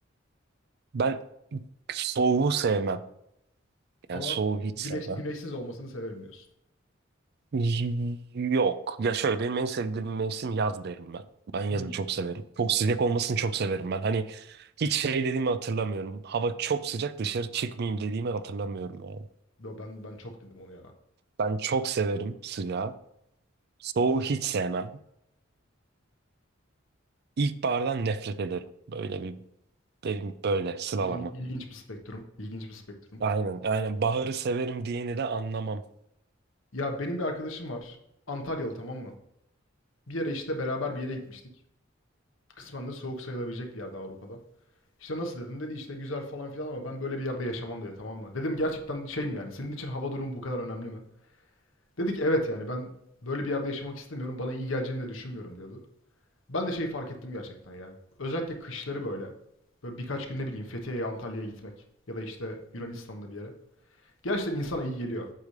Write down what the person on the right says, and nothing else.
ben soğuğu sevmem. Yani
soğuğu hiç
sevmem.
Y- Yok. Ya şöyle benim en sevdiğim mevsim yaz derim ben. Ben yazı
çok severim. Çok sıcak olmasını çok severim ben. Hani hiç şey dediğimi hatırlamıyorum. Hava çok sıcak dışarı çıkmayayım dediğimi hatırlamıyorum yani.
Ben çok severim sıcağı. Soğuğu hiç sevmem. İlkbahardan nefret ederim. Böyle bir benim böyle sıralama.
Aynen. Aynen. Baharı severim diyeni de anlamam.